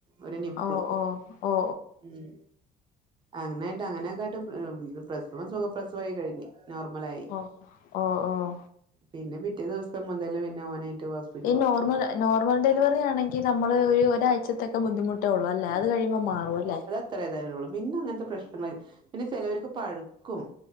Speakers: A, on the right; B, on the left.
A: ഒരു നിപ്പ്ള്.
B: ഓ ഓ ഓ ഓ
A: ഉം അങ്ങനായിട്ട് അങ്ങനെയൊക്കായിട്ട് മ് പ്രസവം സുഖ പ്രസവായി കഴിഞ്ഞ്. നോർമലായി.
B: ഓ ഓ ഓ
A: പിന്നെ പിറ്റേ ദിവസം മുതല് പിന്നെ ഓനായിട്ട് ഹോസ്
B: ഈ നോർമൽ നോർമൽ ഡെലിവറി ആണെങ്കി നമ്മള് ഒരു ഒരാഴ്ചത്തക്കെ ബുദ്ധിമു ട്ടേ ഒള്ളല്ലേ അത്കഴിയുമ്പോ മാറും അല്ലേ?
A: ഇത്രതെ ഉള്ളൂ പിന്നെ അങ്ങനത്തെ പ്രശ്നങ്ങ പിന്നെ ചിലർക്ക് പഴുക്കും.